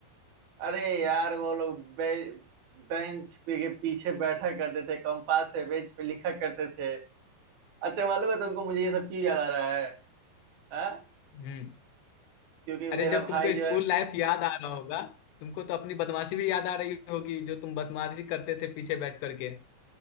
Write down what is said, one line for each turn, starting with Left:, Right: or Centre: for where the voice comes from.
Right: अरे यार वो लोग बे, बेंच पे के पीछे बैठा करते थे कंपास से बेंच पे लिखा करते थे अच्छा मालूम है तुमको मुझे ये सब क्यों याद आ रहा है हाँ
Left: हम्म
Right: क्योंकि
Left: अरे
Right: मेरा
Left: जब
Right: भाई
Left: तुमको
Right: जो
Left: स्कूल
Right: है
Left: लाइफ याद आ रहा होगा तुमको तो अपनी बदमाशी भी याद आ रही होगी जो तुम बदमाशी करते थे पीछे बैठ करके